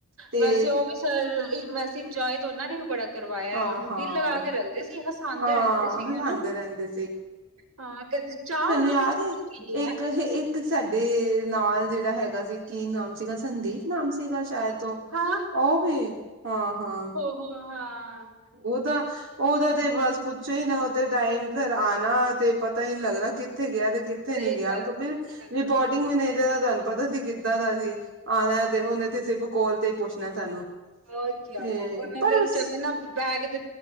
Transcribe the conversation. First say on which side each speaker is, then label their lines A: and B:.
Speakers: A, on the right; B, on the right.
A: ਤੇ
B: ਵੈਸੇ ਓ ਵੀ ਸਰ ਵੈਸੇ ਇੰਜੋਏ ਤੇ ਓਨਾਂ ਨੇ ਵੀ ਬੜਾ ਕਰਵਾਇਆ
A: ਹਾਂ
B: ਦਿਲ
A: ਹਾਂ
B: ਲਗਾ ਕੇ ਰੱਖਦੇ ਸੀ, ਹਸਾਂਦੇ
A: ਹਾਂ
B: ਰੈਂਦੇ ਸੀ
A: ਹਸਾਂਦੇ
B: ਹੈਨਾ।
A: ਰਹਿੰਦੇ
B: ਹਾਂ <unintelligible> ਚਾਹ ਉਹਨਾਂ
A: ਯਾਰ
B: ਨੇ ਚਾਹ
A: ਏ,
B: ਪੀਣੀ
A: ਏਕ
B: ਹੈ
A: <unintelligible> ਏਕ ਸਾਡੇ ਨਾਲ ਜੇੜਾ ਹੈਗਾ ਸੀ ਕੀ ਨਾਮ ਸੀਗਾ ਸੰਦੀਪ ਨਾਮ ਸੀਗਾ ਸ਼ਾਇਦ ਤੋਂ।
B: ਹਾਂ
A: ਓ ਵੀ, ਹਾਂ ਹਾਂ।
B: ਓ ਹਾਂ।
A: ਓਦਾ, ਓਦਾ ਤੇ ਬਸ ਪੁੱਛੋ ਹੀ ਨਾ ਓ ਤੇ ਟਾਈਮ ਸਰ ਆਨਾ ਤੇ ਪਤ ਤਾ ਈ ਨੀ ਲੱਗਦਾ ਕਿੱਥੇ ਗਿਆ ਤੇ ਕਿੱਥੇ
B: ਸਹੀ
A: ਨੀ ਗਿਆ ਕਿਉਂਕਿ
B: ਗੱਲ
A: ਰਿਪੋਰਟ ਟਿੰਗ ਮੈਨੇਜਰ ਦਾ ਤੁਹਾਨੂੰ ਪਤਾ ਸੀ ਕਿੱਦਾਂ ਦਾ ਸੀ ਆਨਾ ਐ ਤੇ ਓਨੇ ਤੇ ਸਿਰਫ ਕੋਲ ਤੇ ਈ ਪੁੱਛਨਾ ਸਾਨੂੰ।
B: ਹੋਰ ਕਯਾ
A: ਤੇ
B: ਐ, ਓਨੇ
A: ਪਰ
B: ਤੇ
A: ਉਸ
B: ਚੱਕਨਾ ਬੈਗ ਤੇ